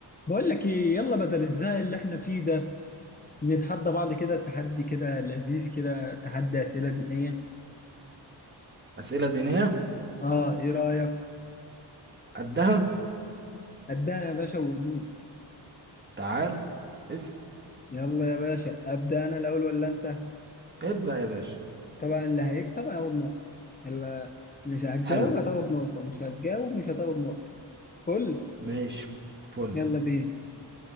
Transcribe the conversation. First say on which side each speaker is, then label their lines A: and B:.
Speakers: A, on the left; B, on the right.
A: بقول لك ايه يلا بدل الزهق اللي احنا فيه ده نتحدى بعض كده تحدي كده لذيذ كده تحدي اسئله دينيه
B: أسئلة دينية
A: اه ايه رايك
B: قدها
A: ابدا يا باشا وهدوء
B: تعال اسم
A: يلا يا باشا ابدا انا الاول ولا انت
B: ابدأ يا باشا
A: طبعا اللي هيكسب هياخد نقطه اللي مش هتجاوب
B: حلو
A: هتاخد نقطه مش هتجاوب مش هتاخد نقطه كل
B: ماشي فل
A: يلا بينا